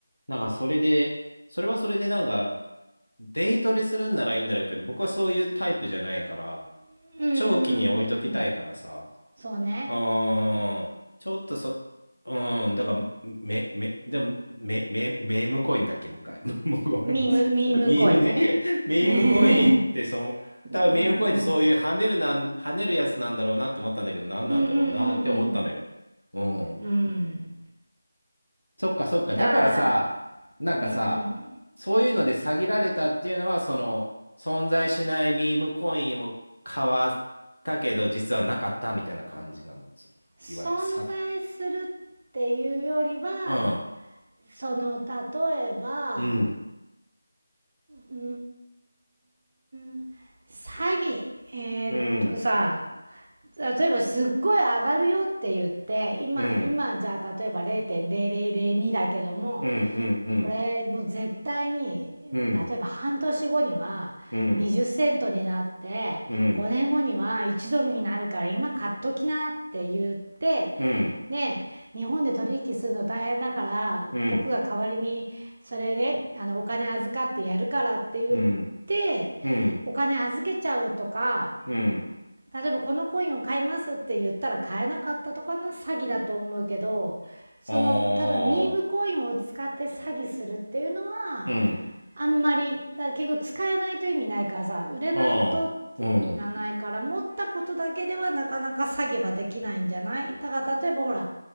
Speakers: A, on the left (about 80°); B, on the right (about 35°).
A: なんかそれで、それはそれでなんか、デイトレするんならいいんだろうけど、僕はそういうタイプじゃないから、
B: うんうんうんうんうん。
A: 長期に置いときたいからさ、
B: そうね。
A: うーん。ちょっとそ、うん。だから、め、め、でも、め、め、メームコインだっけ、もう一回。<laughs> もうごめんなさい。
B: ミーム、ミーム恋。
A: ミームね。
B: <laughs>
A: <laughs> ミームコインって、
B: うん
A: その、多分ミームコインってそういう跳ねるなん、
B: うん
A: 跳ねるやつなんだろうなって思ったんだけど、何なんだろうなって思ったのよ。
B: うんうんうん
A: うん。
B: うんうん
A: そっかそっか。
B: だから
A: だからさ、なんかさ、
B: うんうん
A: そういうので詐欺られたっていうのは、その、存在しないミームコインを買わったけど、実はなかったみたいな感じなの。その、
B: 存在するっていうよりは
A: いわゆる詐欺。うん
B: その例えば
A: うん
B: うーん詐欺えーっとさ
A: うん
B: 例えばすっごい上がるよって言って今今じゃあ例えば0.0002だけども
A: うんうんうんうん
B: これもう絶対に
A: うん
B: 例えば半年後には20セントになって5年後には1ドルになるから今買っときなって言って
A: うんうんうんうん
B: ねえ、日本で取引するの大変だから僕が代わりにそれねあのお金預かってやるからって言って
A: うんうんうん
B: お金預けちゃうとか
A: うん
B: 例えばこのコインを買いますって言ったら買えなかったとかの詐欺だと思うけどその多分ミームコインを使って詐欺するっていうのは
A: おうん
B: あんまりだ結局使えないと意味ないからさ売れないと意味がないから持ったことだけではなかなか詐欺はできないんじゃないだから例えばほら
A: おうん